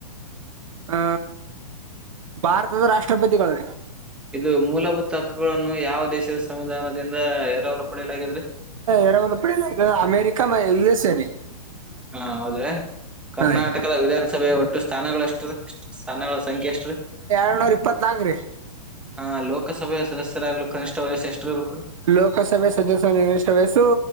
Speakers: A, on the right; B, in the centre.
A: ಆ ಭಾರತದ ರಾಷ್ಟ್ರಪತಿಗಳು
B: ಇದು ಮೂಲಭೂತ ಹಕ್ಕುಗಳನ್ನು ಯಾವ ದೇಶದ ಸಂವಿಧಾನದಿಂದ ಎರಲು ಪಡೆಯಲಿದ್ರೆ
A: ಎರಡುವರು ಪಡಲ್ಲದು ಅಮೆರಿಕ ಯು ಎಸ್ ಎಲ್ಲಿ
B: ಹಾ ಹೌದ್ರೆ ಕರ್ನಾಟಕದ
A: ರೀ
B: ವಿಧಾನಸಭೆಯ ಒಟ್ಟು ಸ್ಥಾನಗಳ ಎಷ್ಟು ರೀ ಎಷ್ಟು ಸ್ಥಾನಗಳ ಸಂಖ್ಯೆ ಎಷ್ಟ ರೀ
A: ಎರಳ್ನೂರ ಇಪ್ಪತ್ ನಲ್ಕ ರೀ
B: ಹ ಲೋಕಸಭೆಯ ಸದಸ್ಯರಾಗ್ಲಿ ಕನಿಷ್ಠ ವಯಸ್ಸ ಎಷ್ಟ ಇರ್ಬೇಕಕ್ೀ
A: ಲೋಕಸಭೆ ಸದಸ್ಯರ ನಿರ್ದಿಷ್ಟ ವಯಸ್ಸು